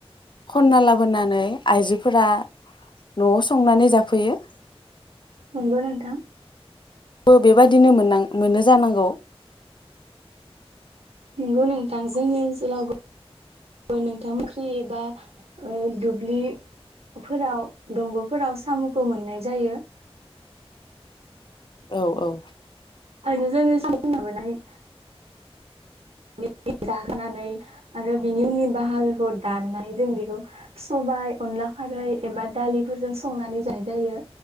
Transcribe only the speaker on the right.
नंगौ नोंथां
नंगौ नोंथां जोंनि ओनसोलावबो बो नोंथां मोनख्रि एबा ओ दुब्लिफोराव दंग'फोराव साम'खौ मोननाय जायो।
ओंखायनो जोङो <unintelligible> <unintelligible> आरो बिनि उननि बाहागो खौ दाननाय जों बेखौ सबाय अनला खारै एबा दालिफोरजों संनानै जानाय जायो